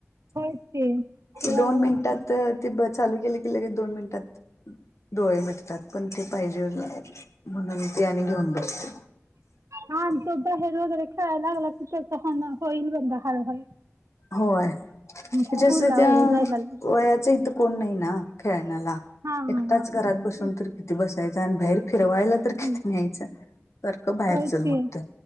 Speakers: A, on the right; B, on the left.
A: होय ते ते
B: दोन
A: आहे हो.
B: मिनिटांत तं ते बसं चालूं केली की लगेच दोन मिनिटांत डोळे मिटतांत त्यांत पणं ते पाहिजे म्हणूंन ते आणि घेऊंन बसते
A: रात्र दूपेहेर कायं अलंग अलगचंचा होईल बंता हारं हरं
B: होयच्यांस
A: स्कूलला
B: त्यां
A: वगैरे जायला लागले
B: वयांच इथं कोणं नाहीं नां खेळण्याला
A: हा
B: एकटांच घरांत बसूंन
A: तेच
B: तरं किती बसायचं आणि बाहेर फिरवांयला किती
A: हं.
B: न्यायचं सारखं बाहेरचल
A: होय की
B: मंगत